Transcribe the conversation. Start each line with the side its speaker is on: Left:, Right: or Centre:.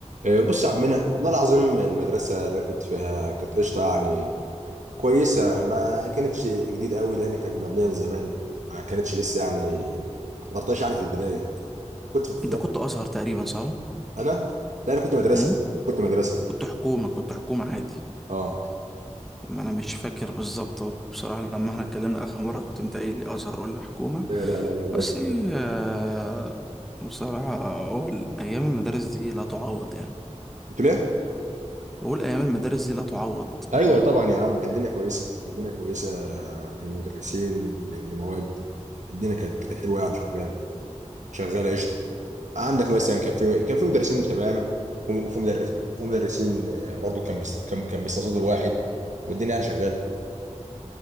Right: آه، بص يا عمنا والله العظيم المدرسة اللي أنا كنت فيها كانت قشطة يعني كويسة ما كانتش جديد قوي لأن كانت مبنية من زمان ما كانتش لسه يعني ما حضرتهاش يعني في البداية كنت في في-
Centre: انت كنت ازهر تقريبا صح؟
Right: أنا لا أنا كنت مدرسة
Centre: امم
Right: كنت مدرسة
Centre: انت كنت حكومه كنت حكومه عادي
Right: أه
Centre: ما انا مش فاكر بالظبط بصراحه لما احنا اتكلمنا اخر مره كنت انت قايل لي ازهر ولا حكومه
Right: لا لا لا مدرسة
Centre: بس
Right: مدرسة
Centre: هي آه، بصراحه هو ال- ايام المدارس دي لا تعوض يعني
Right: كنت ليه؟
Centre: بقول ايام المدارس دي لا تعوض
Right: أيوه
Centre: <laughs>
Right: طبعا يا عم كانت الدنيا كويسة كانت الدنيا كويسة من مدرسين لمواد الدنيا كانت حلوة يعني شغالة شغالة قشطة عندك مثلا كان في كان في مدرسين تمام وفي مدرس وفي مدرسين آه، برضو كان بيست... كان كان بيستقصدوا الواحد والدنيا يعني شغاله